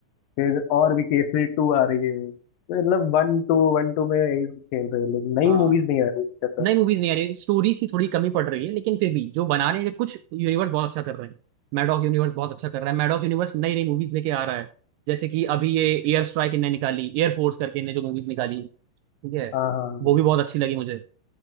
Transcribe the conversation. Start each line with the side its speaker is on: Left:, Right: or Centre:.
Left: फिर और भी केसरी टू आ रही है तो मतलब वन टू वन टू में यही खेल रहे हैं लोग नई
Right: हाँ
Left: मूवीज नहीं आ रही कुछ ऐसा
Right: नई मूवीज नहीं आ रही स्टोरी सी थोड़ी कमी पड़ रही है लेकिन फिर भी जो बना रहे हैं कुछ यूनिवर्स बहुत अच्छा कर रहे हैं मैडॉक यूनिवर्स बहुत अच्छा कर रहा है मैडॉक यूनिवर्स नई नई मूवीज लेके आ रहा है जैसे कि अभी ये एयर स्ट्राइक इनने निकाली एयर फोर्स करके इनने जो मूवीज निकाली ठीक है
Left: हाँ हाँ
Right: वो भी बहुत अच्छी लगी मुझे